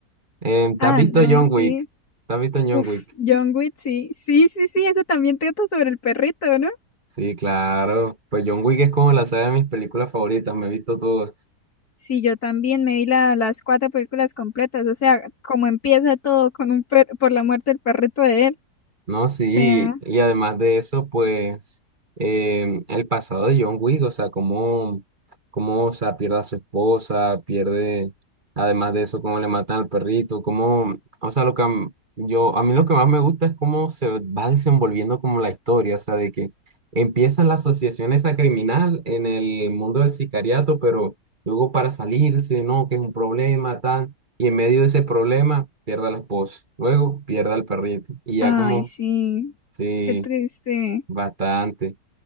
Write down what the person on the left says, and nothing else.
Ah,
no,
sí.
Uf,
John Wick, sí. Sí, sí, sí, eso también trata sobre el perrito, ¿no?
Sí, yo también me vi la- las cuatro películas completas, o sea, como empieza todo con un per por la muerte del perrito de él.
O sea,
ay,
sí,
qué triste.